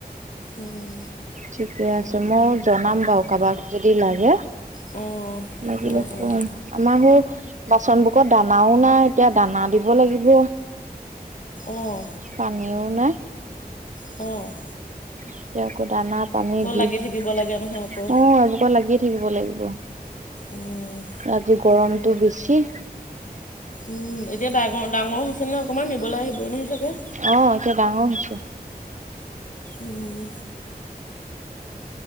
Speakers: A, on the left (about 50°); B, on the right (about 50°).
A: উম।
B: ঠিকে আছে মা জনাম বাৰু কাৰোবাক যদি লাগে।
A: অঁ
B: লাগিলে
A: অঁ
B: ক'ম,
A: অঁ
B: আমৰ হেই বাচন বোৰত দানাওঁ নাই, এতিয়া দানা দিব লাগিব।
A: অঁ
B: পানীও নাই
A: অ'।
B: এতিয়া আকৌ দানা পানী দি,
A: লাগি
B: অ'
A: থাকিব লাগে নহয় আকৌ
B: এইবোৰত লাগিয়ে থাকিব লাগিব।
A: উম্।
B: ৰাতি গৰমটো বেছি।
A: উম, এতিয়া ডাঙৰ, ডাঙৰ হৈছে নে অকণমান নিবলৈ আহিবই নহয় চাগে?
B: অ' এতিয়া ডাঙৰ হৈছে।
A: উম।